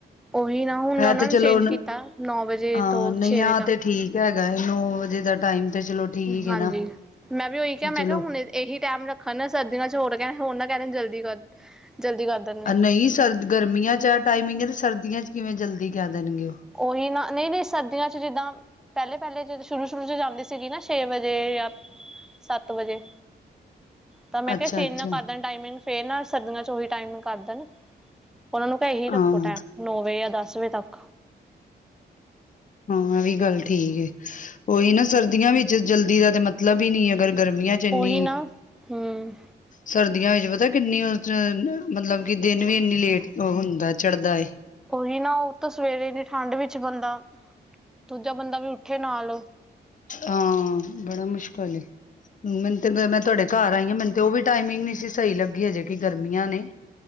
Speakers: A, in the centre; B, on the left (about 45°).
A: ਉਹੀ ਨਾ ਹੁਣ
B: ਹੈ
A: ਉਹਨਾਂ
B: ਤੇ
A: ਨੇ
B: ਚਲੋ
A: ਚੇਂਜ ਕੀਤਾ,
B: ਨ-
A: ਨੌ ਵਜੇ
B: ਹਾਂ
A: ਤੋਂ
B: ਨਹੀਂ
A: ਛੇ ਵਜੇ
B: ਆ
A: ਤੱਕ
B: ਤੇ ਠੀਕ ਹੈਗਾ ਨਾ ਨੋ ਵਜੇ ਤਕ ਟਾਈਮ ਤੇ ਚਲੋ ਠੀਕ ਏ
A: ਹਾਂਜੀ,
B: ਨਾ
A: ਮੈਂ ਵੀ ਉਹੀ
B: ਕਿ
A: ਕਿਹਾ ਮੈਂ
B: ਚਲੋ
A: ਕਿਹਾ ਹੁਣ ਇਹੀ ਟੈਮ ਰੱਖਣ ਸਰਦੀਆਂ ਚ ਹੋਰ ਕਹਿ ਹੋਰ ਨਾ ਕਹਿ ਜਲਦੀ ਕਰ, ਜਲਦੀ ਕਰ ਦਿੰਦੇ
B: ਨਹੀਂ ਸਰ ਗਰਮੀਆਂ ਚ ਆ ਟਾਈਮਿੰਗ ਐ ਟਾਈਮਿੰਗ ਸਰਦੀਆਂ ਚ ਕਿਵੇਂ ਜਲਦੀ ਕਹਿ ਦੇਣਗੇ ਓ
A: ਉਹੀ ਨਾ ਨਹੀਂ ਨਹੀਂ ਸਰਦੀਆਂ ਚ ਜਿੱਦਾਂ ਪਹਿਲੇ, ਪਹਿਲੇ ਜਦੋਂ ਸ਼ੁਰੂ ਸ਼ੁਰੂ ਚ ਜਾਂਦੀ ਸੀਗੀ ਨਾ ਛੇ ਵਜੇ ਜਾ ਸੱਤ ਵਜੇ ਤਾਂ ਮੈਂ
B: ਅੱਛਾ
A: ਕਿਹਾ ਚੇਂਜ
B: ਅੱਛਾ
A: ਨਾ ਕਰ ਦੇਣ ਟਾਈਮਿੰਗ ਫੇਰ ਨਾ ਸਰਦੀਆਂ ਚ ਉਹੀ ਟਾਈਮਿੰਗ ਕਰ ਦੇਣ ਉਹਨਾਂ ਨੂੰ। ਇਹੀ ਰੱਖੋ
B: ਹਾਂ
A: ਟਾਈਮ ਨੌ ਵਜੇ ਜਾ ਦਸ ਵਜੇ ਤੱਕ।
B: ਹਾਂ ਇਹ ਵੀ ਗੱਲ ਠੀਕ ਐ। ਉਹੀ ਨਾ ਸਰਦੀਆਂ ਵਿੱਚ ਜਲਦੀ ਦਾ ਤਾਂ ਮਤਲਬ ਵੀ ਨਹੀਂ ਅਗਰ ਗਰਮੀਆਂ ਚ ਐਨੀ।
A: ਉਹੀ ਨਾ ਹਮ
B: ਸਰਦੀਆਂ ਵਿੱਚ ਪਤਾ ਕਿੰਨੀਆਂ ਚ ਮਤਲਬ ਕਿ ਦਿਨ ਵੀ ਇੰਨੀ ਲੇਟ ਹੁੰਦਾ ਚੜ੍ਹਦਾ ਏ।
A: ਉਹੀ ਨਾ ਉਹ ਤਾਂ ਸਵੇਰੇ ਦੀ ਠੰਡ ਵਿੱਚ ਬੰਦਾ ਦੂਜਾ ਬੰਦਾ ਵੀ ਉੱਠੇ ਨਾਲ।
B: ਹਾਂ, ਬੜਾ ਮੁਸ਼ਕਲ ਏ। ਮੈਨੂੰ ਤੇ ਮੈਂ ਤੁਹਾਡੇ ਘਰ ਆਈ ਆ ਮੈਨੂੰ ਤੇ ਉਹ ਵੀ ਟਾਈਮਿੰਗ ਨੀ ਸੀ ਸਹੀ ਲੱਗੀ ਹਜੇ ਕਿ ਗਰਮੀਆਂ ਨੇ